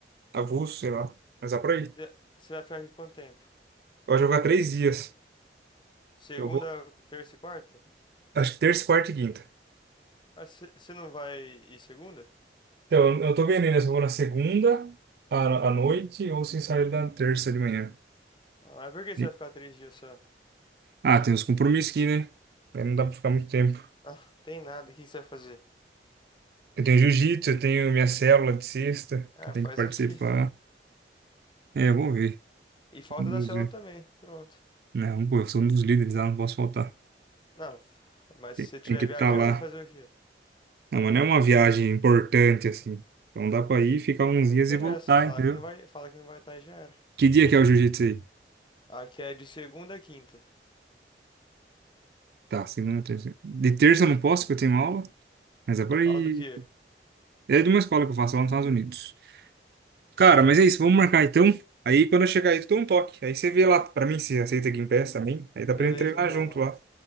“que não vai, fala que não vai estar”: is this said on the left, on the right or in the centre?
Left